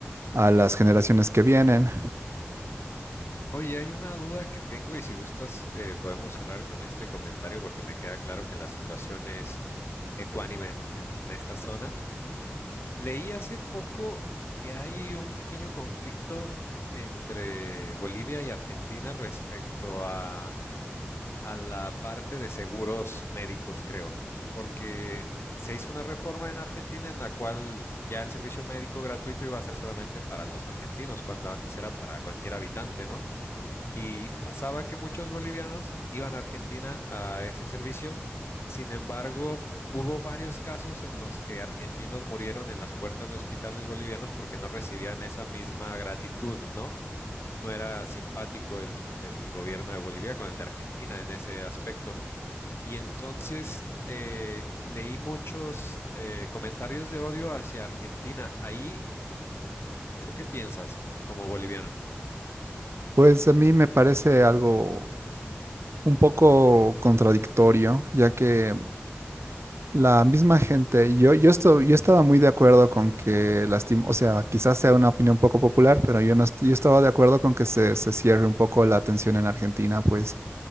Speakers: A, on the right; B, on the left.
A: a las generaciones que vienen.
B: Oye, hay una duda que tengo y si gustas eh, podemos cerrar con este comentario porque me queda claro que la situación es ecuánime en en esta zona. Leí hace poco que hay un pequeño conflicto entre Bolivia y Argentina respecto a, a la parte de seguros médicos, creo, porque se hizo una reforma en Argentina en la cual ya el servicio médico gratuito iba a ser solamente para los argentinos, cuando antes era para cualquier habitante, ¿no? Y pasaba que muchos bolivianos iban a Argentina a ese servicio. Sin embargo, hubo varios casos en los que argentinos murieron en las puertas de hospitales bolivianos porque no recibían esa misma gratitud, ¿no? No era simpático el, el gobierno de Bolivia con el de Argentina en ese aspecto. Y entonces eh, leí muchos eh, comentarios de odio hacia Argentina. Ahí, ¿tú qué piensas como boliviano?
A: Pues a mí me parece algo un poco contradictorio, ya que La misma gente, yo, yo, esto, yo estaba muy de acuerdo con que, lastim- o sea, quizás sea una opinión poco popular, pero yo, no est- yo estaba de acuerdo con que se, se cierre un poco la atención en Argentina, pues